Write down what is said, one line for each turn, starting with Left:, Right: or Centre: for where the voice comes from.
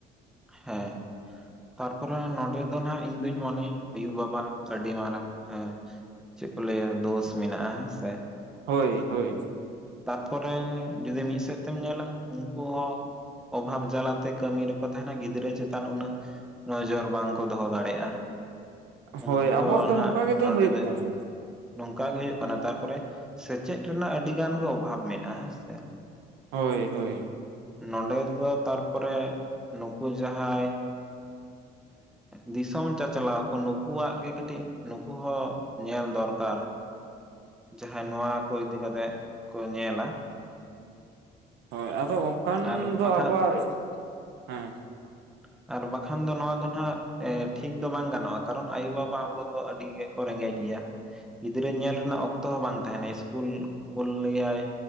Centre: ᱦᱮᱸ ᱾ ᱛᱟᱨᱯᱚᱨᱮ ᱱᱚᱰᱮ ᱫᱚ ᱱᱟᱜ ᱤᱧ ᱫᱩᱧ ᱢᱚᱱᱮᱭᱟ ᱟᱭᱩ ᱵᱟᱵᱟ ᱟᱹᱰᱤ ᱢᱟᱨᱟᱝ ᱦᱮᱸ ᱾ ᱪᱮᱫ ᱠᱚ ᱞᱟᱹᱭᱟ ᱫᱚᱥ ᱢᱮᱱᱟᱜᱼᱟ ᱦᱮᱸ ᱥᱮ ᱾
Right: ᱦᱚᱭ ᱦᱚᱭ ᱾
Centre: ᱛᱟᱨᱯᱚᱨᱮ ᱡᱩᱫᱤ ᱢᱤᱫ ᱥᱮᱫ ᱛᱮᱢ ᱧᱮᱞᱟ ᱩᱱᱠᱩ ᱦᱚᱸ ᱚᱵᱷᱟᱵᱽ ᱡᱟᱞᱟᱛᱮ ᱠᱟᱹᱢᱤ ᱨᱮᱠᱚ ᱛᱟᱦᱮᱱᱟ ᱜᱤᱫᱽᱨᱟᱹ ᱪᱮᱛᱟᱱ ᱩᱱᱟᱹᱜ ᱱᱚᱡᱚᱨ ᱵᱟᱝᱠᱚ ᱫᱚᱦᱚ ᱫᱟᱲᱮᱭᱟᱜᱼᱟ ᱾ ᱩᱱᱠᱩ
Right: ᱦᱳᱭ
Centre: ᱦᱚᱸ
Right: ᱟᱵᱚᱣᱟᱜ ᱫᱚ
Centre: ᱱᱟᱦᱟᱜ
Right: ᱱᱚᱝᱠᱟ ᱜᱮᱛᱚ
Centre: ᱱᱚᱰᱮ
Right: ᱦᱩᱭᱩᱜ
Centre: ᱫᱚ
Right: ᱠᱟᱱᱟ
Centre: ᱱᱚᱝᱠᱟ ᱜᱮ ᱦᱩᱭᱩᱜ ᱠᱟᱱᱟ ᱾ ᱛᱟᱯᱚᱨᱮ ᱥᱮᱪᱮᱫ ᱨᱮᱱᱟᱜ ᱟᱹᱰᱤᱜᱟᱱ ᱜᱮ ᱚᱵᱷᱟᱵᱽ ᱢᱮᱱᱟᱜᱼᱟ ᱦᱮᱸ ᱥᱮ ᱾
Right: ᱦᱚᱭ ᱦᱚᱭ ᱾
Centre: ᱱᱚᱰᱮ ᱫᱚ ᱛᱟᱨᱯᱚᱨᱮ ᱱᱩᱠᱩ ᱡᱟᱦᱟᱸᱭ ᱫᱤᱥᱚᱢ ᱪᱟᱪᱞᱟᱣ ᱠᱚ ᱱᱩᱠᱩᱣᱟᱜ ᱜᱮ ᱠᱟᱹᱴᱤᱡ ᱱᱩᱠᱩ ᱦᱚ ᱧᱮᱞ ᱫᱚᱨᱠᱟᱨ ᱾ ᱡᱟᱦᱟᱸᱭ ᱱᱚᱣᱟ ᱠᱚ ᱤᱫᱤ ᱠᱟᱛᱮᱜ ᱠᱚ ᱧᱮᱞᱟ ᱾
Right: ᱦᱚᱭ ᱟᱫᱚ ᱚᱱᱠᱟᱱ
Centre: ᱟᱨ ᱵᱟᱠᱷᱟᱱ
Right: ᱫᱚ ᱟᱵᱚᱣᱟᱜ ᱦᱮᱸ ᱾
Centre: <unintelligible> ᱟᱨ ᱵᱟᱠᱷᱟᱱ ᱫᱚ ᱱᱚᱣᱟ ᱦᱟᱸᱜ ᱴᱷᱤᱠ ᱫᱚ ᱵᱟᱝ ᱜᱟᱱᱚᱜᱼᱟ ᱠᱟᱨᱚᱱ ᱟᱭᱩᱵᱟᱵᱟ ᱟᱵᱚ ᱫᱚ ᱟᱹᱰᱤ ᱜᱮ ᱠᱚ ᱨᱮᱸᱜᱮᱡ ᱜᱮᱭᱟ ᱜᱤᱫᱽᱨᱟᱹ ᱧᱮᱞ ᱨᱮᱱᱟᱜ ᱚᱠ ᱚᱠᱛᱚ ᱦᱚᱸ ᱵᱟᱝ ᱛᱟᱦᱮᱱᱟ ᱤᱥᱠᱩᱞ ᱠᱩᱞᱮᱭᱟᱭ